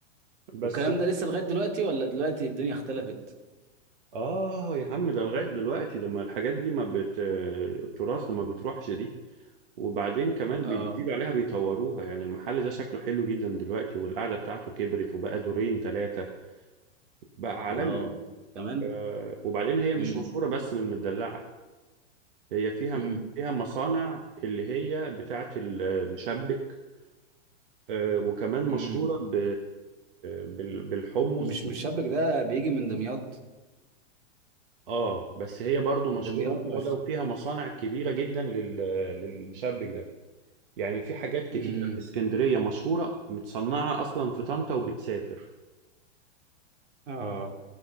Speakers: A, on the right; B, on the right.
A: بس
B: والكلام ده لسه لغاية دلوقتي ولا دلوقتي الدنيا اختلفت
A: آه يا عم ده لغاية دلوقتي لما الحاجات دي ما بت التراث ما بتروحش دي وبعدين كمان
B: اه
A: بيزيدوا عليها بيطوروها يعني المحل ده شكله حلو جدا دلوقتي والقعدة بتاعته كبرت وبقى دورين ثلاثة بقى عالمي
B: الله كمان
A: آه، وبعدين هي مش
B: امم
A: مشهورة بس بالمدلعة هي فيها
B: امم
A: فيها مصانع اللي هي بتاعة المشبك آه، وكمان مشهورة
B: امم
A: ب... بال- بالحمص
B: مش مش شابك ده بيجي من دمياط
A: اه بس هي برضو
B: دمياط
A: مشهورة بالموضوع
B: مش
A: ده وفيها مصانع كبيرة جدا لل... للمشبك ده يعني في حاجات كتيرة
B: امم
A: في اسكندرية مشهورة متصنعة أصلا في طنطا وبتسافر
B: اه